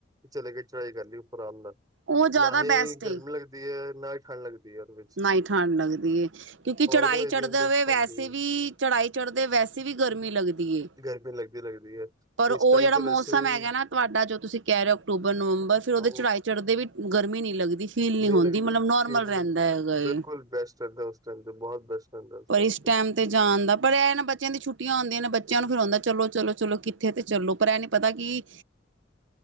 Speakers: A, on the right; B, on the right.
A: ਚਲੇ ਕੇ ਚੜਾਈ ਕਰ ਲੀ ਉੱਪਰ ਰਾਮ ਨਾਲ
B: ਉਹ ਜ਼ਿਆਦਾ
A: ਨਾ ਹੀ
B: ਬੈਸਟ
A: ਗਰਮੀ
B: ਏ
A: ਲੱਗਦੀ ਤੇ ਨਾ ਹੀ ਠੰਡ ਲਗਦੀ ਏ ਓਦੇ ਵੇਚ
B: ਨਾ ਈ ਠੰਡ ਲੱਗਦੀ ਕਿਉਂਕਿ ਚੜਾਈ
A: ਨੀ ਵੱਜਦੀ
B: ਚੜ੍ਹਦੇ
A: ਅੰਦਰ
B: ਹੋਏ ਵੈਸੇ
A: ਹਾਂਜੀ
B: ਵੀ ਚੜ੍ਹਾਈ ਚੜ੍ਹਦੇ ਵੈਸੇ ਵੀ ਗਰਮੀ ਲਗਦੀ।
A: ਗਰਮੀ ਲੱਗਦੀ ਲੱਗਦੀ ਹੈ।
B: ਪਰ
A: ਇਸ
B: ਓਹ
A: ਟਾਈਮ
B: ਜੈੜਾ
A: ਤੇ
B: ਮੌਸਮ
A: ਵੈਸੇ ਹੀ
B: ਹੈਗਾ ਨਾ ਤੁਹਾਡਾ ਜੋ ਤੁਸੀਂ ਕਹਿ ਰਹੇ ਓ, ਅਕਤੂਬਰ- ਨਵੰਬਰ ਫਿਰ ਉਹਦੇ
A: ਹਾਂ, ਉਹ
B: ਚੜ੍ਹਾਈ ਚੜ੍ਹਦੇ ਵੀ ਗਰਮੀ ਨਹੀਂ ਲੱਗਦੀ ਫੀਲ ਨਹੀਂ ਹੁੰਦੀ
A: ਲੱਗਦੀ
B: ਮਤਲਬ ਨੋਰਮਲ
A: ਫੀਲ ਨਹੀਂ
B: ਰਹਿੰਦਾ
A: ਹੁੰਦਾ।
B: ਹੈਗਾ ਏ।
A: ਬਿਲਕੁਲ ਬੈਸਟ ਰਹੰਦਾ ਉਸ ਟਾਈਮ ਤੇ ਬਹੁਤ ਬੈਸਟ। ਰਹਿੰਦਾ ਉਸ
B: ਪਰ
A: ਟਾਈਮ
B: ਇਸ ਟੈਮ ਤੇ ਜਾਨਦਾ ਪਰ ਇਹ ਨਾ ਬੱਚਿਆਂ ਦੀ ਛੁੱਟੀਆਂ ਹੂੰਦੀਆਂ ਨੇ ਬੱਚਿਆਂ ਨੂੰ ਫਿਰ ਹੋਦਾ ਚਲੋ-ਚਲੋ-ਚਲੋ ਕਿੱਥੇ ਤੇ ਚੱਲੋ ਪਰ ਇਹ ਨ ਪਤਾ ਕੀ